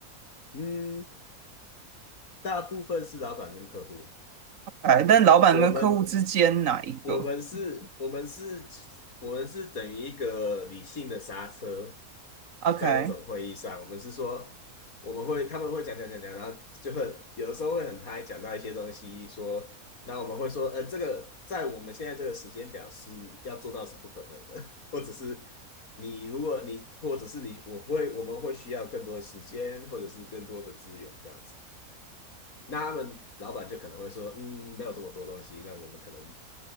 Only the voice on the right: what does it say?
哎，但老板跟客户之间哪一个
？OK，